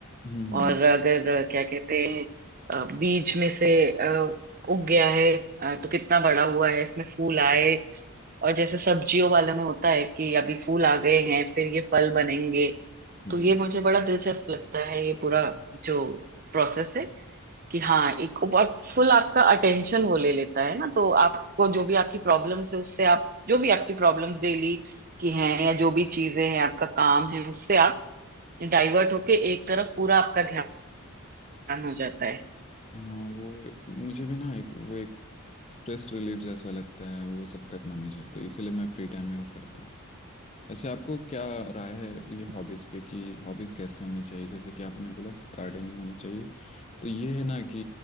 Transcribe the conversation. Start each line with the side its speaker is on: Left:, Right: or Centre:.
Left: हम्म हम्म
Right: और अगर अ, क्या कहते हैं अ, बीज में से अ, उग गया है अ, तो कितना बड़ा हुआ है इसमें फूल आए और जैसे सब्जियों वाले में होता है कि अभी फूल आ गए हैं फिर ये फल बनेंगे तो
Left: जी
Right: ये मुझे बड़ा दिलचस्प लगता है ये पूरा जो प्रोसेस है कि हाँ एक और फुल आपका अटेंशन वो ले लेता है ना तो आपको जो भी आपकी प्रॉब्लम्स है उससे आप जो भी आपकी प्रॉब्लम्स डेली की हैं या जो भी चीजें हैं आपका काम है उससे आप डाइवर्ट होके एक तरफ पूरा आपका ध्यान हो जाता है
Left: हाँ वो एक- मुझे भी ना एक वो एक स्ट्रेस रिलीफ जैसा लगता है वो सब करना मुझे तो इसलिए मैं फ्री टाइम में वो करता हूँ वैसे आपको क्या राय है ये
Right: हम्म।
Left: हॉबीज़ पे कि हॉबीज़ कैसे होनी चाहिए जैसे कि आपने बोला गार्डनिंग होनी चाहिए तो ये है ना कि